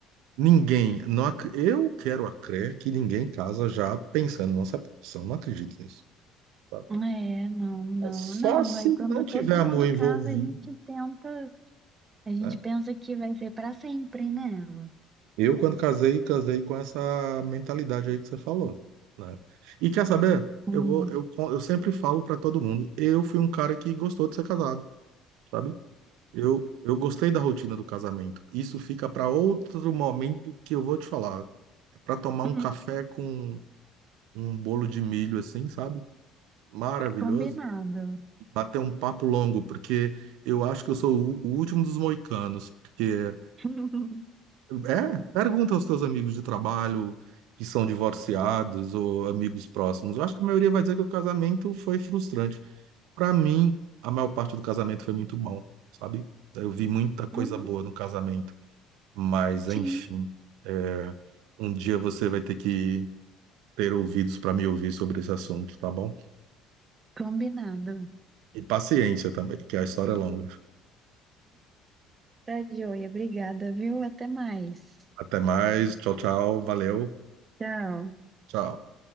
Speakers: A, on the right (about 75°); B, on the right (about 30°).
A: ninguém, não, ac- eu quero a crer que ninguém casa já pensando na separação, não acredito nisso. sabe?
B: É, não, não,
A: Só
B: não.
A: se
B: Aí quando
A: não tiver
B: todo
A: amor
B: mundo
A: envolvido.
B: casa, a gente tenta, a gente
A: né?
B: pensa que vai ser para sempre, né?
A: Eu, quando casei, casei com essa mentalidade aí que você falou, né? E quer saber?
B: Uhum.
A: Eu vou, eu, eu sempre falo pra todo mundo, eu fui um cara que gostou de ser casado, sabe? Eu, eu gostei da rotina do casamento. Isso fica pra outro momento que eu vou te falar, É Pra tomar
B: Uhum.
A: um café com um bolo de milho assim, sabe? Maravilhoso.
B: Combinado.
A: E bater um papo longo, porque eu acho que eu sou o o último dos moicanos, porque
B: <laughs>
A: É, pergunta aos teus amigos de trabalho que são divorciados ou amigos próximos. Eu acho que a maioria vai dizer que o casamento foi frustrante. Para mim, a maior parte do casamento foi muito bom, sabe? Eu vi muita coisa
B: Uhum.
A: boa no casamento. Mas,
B: Sim,
A: enfim, é, um dia você vai ter que ter ouvidos para me ouvir sobre esse assunto, tá bom?
B: combinado.
A: E paciência também, que a história é longa.
B: Tá joia, obrigada, viu? Até mais.
A: Até mais, tchau, tchau, valeu,
B: Tchau.
A: tchau.